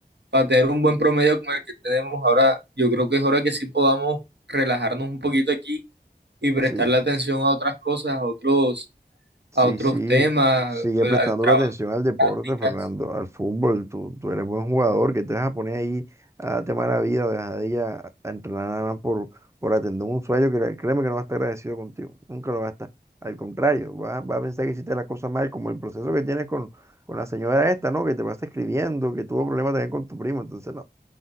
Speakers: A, on the right; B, on the right.
A: para tener un buen promedio como el que tenemos ahora. Yo creo que es hora que sí podamos relajarnos un poquito aquí y prestarle
B: Sí,
A: atención a otras cosas, a otros.
B: Sí,
A: a otros
B: sí,
A: temas,
B: sigue
A: al
B: prestando
A: al trabajo,
B: la atención al deporte,
A: prácticas.
B: Fernando, al fútbol. Tú, tú eres buen jugador, que te vas a poner ahí a tema de la vida o dejadilla a a entrenar nada más por, por atender un sueño que le- créeme que no va a estar agradecido contigo, nunca lo va a estar. Al contrario, va, va a pensar que hiciste la cosa mal, como el proceso que tienes con, con la señora esta, ¿no? Que te pasa escribiendo, que tuvo problemas también con tu primo. Entonces, no,